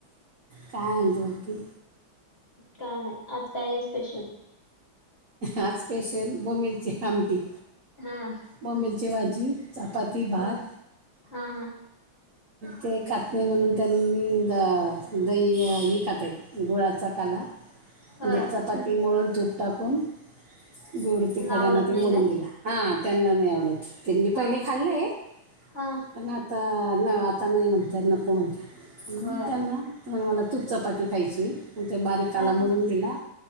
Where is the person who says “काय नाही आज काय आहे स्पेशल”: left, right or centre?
Left